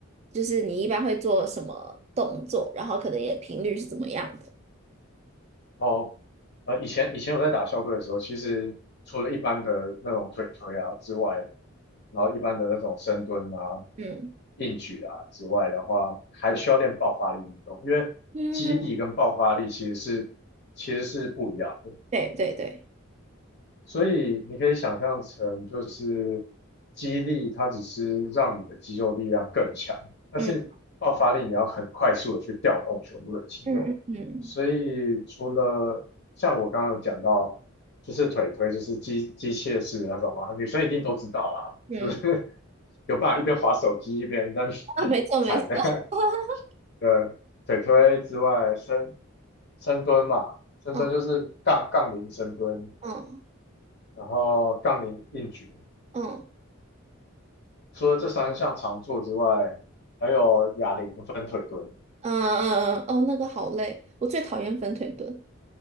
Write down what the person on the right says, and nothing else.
就是你一般会做什么动作，然后可能也频率是怎么样的？
嗯
嗯，对对对，
嗯嗯嗯嗯
嗯嗯，
啊，没错没错。
<laughs>
嗯。嗯
嗯
嗯嗯嗯，嗯哦，那个好累，我最讨厌分腿蹲。